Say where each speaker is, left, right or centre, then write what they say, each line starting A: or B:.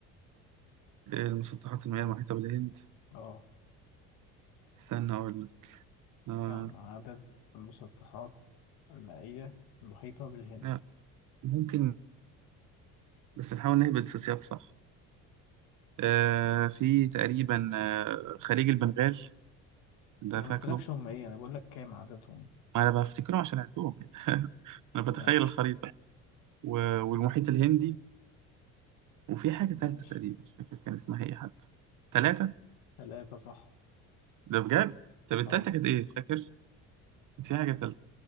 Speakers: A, on the right; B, on the left.
A: <laughs> المسطحات المائية المحيطة بالهند
B: اه
A: استنى اقول لك آه...
B: كم عدد المسطحات المائية المحيطة بالهند
A: لا، ممكن بس نحاول نهبط في سياق صح آه في تقريبا آه خليج البنغال ده
B: انا
A: فاكره
B: ما قلتلكش هم ايه انا بقول لك كام عددهم
A: ما انا بفتكره عشان عندهم <laughs> انا بتخيل
B: ماشي
A: الخريطة و- والمحيط الهندي وفي حاجة
B: ماشي
A: تالتة تقريبا مش فاكر كان اسمها ايه حتى تلاتة
B: ثلاثة صح
A: ده بجد طب التالتة
B: اه
A: كانت ايه فاكر كانت في حاجة تالتة